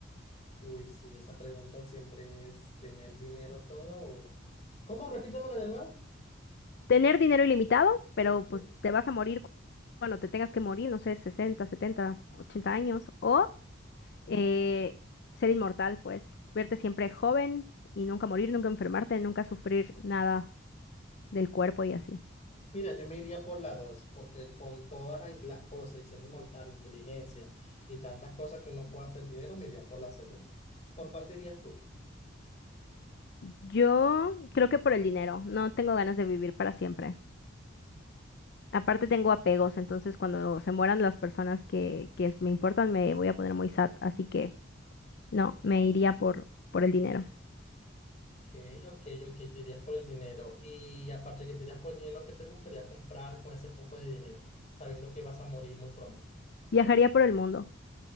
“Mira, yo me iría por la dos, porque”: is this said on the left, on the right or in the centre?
Left